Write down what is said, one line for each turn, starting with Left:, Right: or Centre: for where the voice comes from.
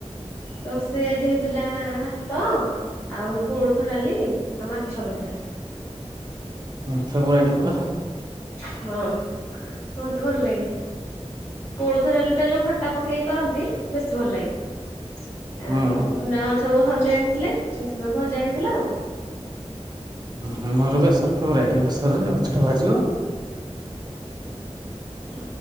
Left: ରୋଷେଇ ଆଜି ହେଇଥିଲା ଭାତ ଆଉ କୋଳଥ ଡାଲି ଆଉ ମାଛ ଭଜା।
Right: ଉଁ ଫେବୁଆଡୁପୁରା।
Left: ହଁ ମତେ ଭଲ ଲାଗେ କୋଳଥଡାଲି ଟା ଯୋଉ ଖଟା ପକେଇ କରନ୍ତି ବେଶୀ ଭଲ ଲାଗେ ଆଉ
Right: ହୁଁ
Left: ଚୁନା ମା ସବୁ ସ୍ୱାମୀ ଆଣିଥିଲେ ସବୁ ଭଜା ହେଇଥିଲା ଆଉ।
Right: ହ ନର ବେସର ଫେ ରାଇଟି ବେସରରେ ମାଛଟା ଭାଜିବ।
Left: ହ।